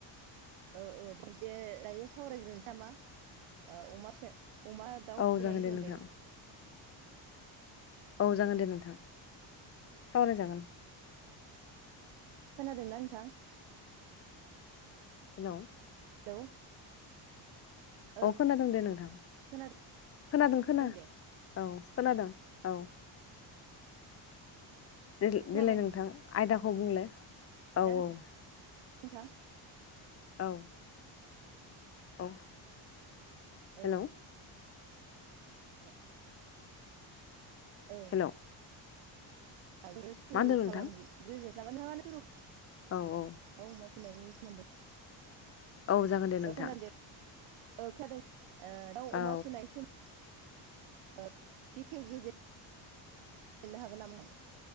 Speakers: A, on the right; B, on the left.
A: औ औ दे दायो सावरायग्रोनोसै नामा ओ अमा फिसा अमा दाउ
B: औ
A: फिसिनायनि
B: जागोन दे
A: सोमोन्दै।
B: नोंथां औ जागोन दे नोंथां सावराय जागोन।
A: खोनादोंना नोंथां?
B: हेलौ
A: हेलौ ओ
B: औ खोनादों दे नोंथां।
A: खोनादों
B: खोनादों खोना
A: दे
B: औ खोनादों औ। देलाय
A: खोनाबाय
B: नोंथां आयदाखौ बुंलाय औ
A: ना
B: औ।
A: नोंथां।
B: औ औ
A: औ
B: हेलौ
A: <inaudible> औ
B: हेलौ
A: आरो सुरु
B: मा होनदों नोंथां
A: खालाम ग्रोदो नामा नोंथाङानो सुरु
B: औ औ
A: दाउ अमा फिनायनि सोमोन्दै।
B: औ जागोन दे नोंथां
A: ओ खोनादों दे ओ खोनादों। ओ दाउ अमा
B: औ
A: फिसिनाय सोम बेखेव गोजे फनो हागोन नामा?